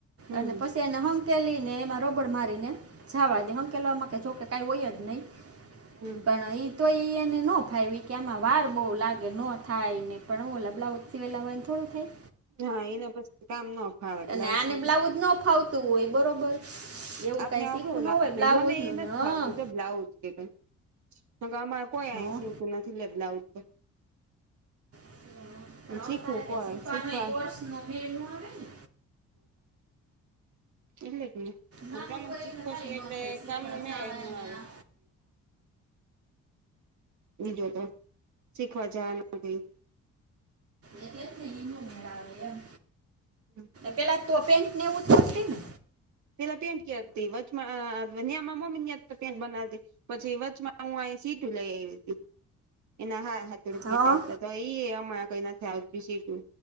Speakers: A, on the right; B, on the right.
A: હમ
B: અને પછી અને હમ તેલીને એમાં રોબડ મારીને જાવા દે હાંકેલામાં ક કે કાઈ હોય જ નહીં
A: હમ
B: પણ એ તો એ એને નો ભાઈી કે આમાં વાર બહ લાગે ન થાય ને પણ હું બલાઉજ શિવેલા હોય ને થોડું થાય
A: હા એના પછી કામ ન ફાવે
B: અને
A: બ્લાઉઝ
B: આને
A: સિવું.
B: બ્લાઉજ ન ફાવતું હોય બરોબર એવું
A: આપને
B: કાંઈ શીખવું
A: અઘરું
B: ન
A: લાગાગે
B: હોય બ્લાઉઝનું
A: મને એ નથી
B: ને હં
A: ફાવતું જો બ્લાઉજ કે અમારે કોઈ
B: નો
A: અહી સીવતું નથી લેલાઉજ તો
B: પણ
A: શીખવું
B: તારે ક
A: પડે
B: શીખવાનો
A: શીખવા
B: એક વર્ષ નો મેળ ના આવે ને
A: એટલે જ ને
B: નાનું હોય
A: અજ ચીન
B: એટલે
A: પછ
B: કાંઈ ન
A: એટલે
B: થાય શીખવા
A: કામ ન મે
B: જવાય
A: ના
B: ને
A: આવે
B: આ
A: બીજો તો શીખવા જવાનું કઈ
B: એ થ હમેરા આવે એમ
A: હમ
B: પેલા તો પેન્ટ ને એવું થશે ને
A: પેલા પેન્ટ કતીચમાં નેમાં મમ્મી ની પેન્ટ બનાવતી પછી વચમાં હું આ સીટું લઈ આવી હતી એના હલા રૂપિયા
B: હા
A: આવતા તો એઈ અ કઈ નથી આવતું સીટું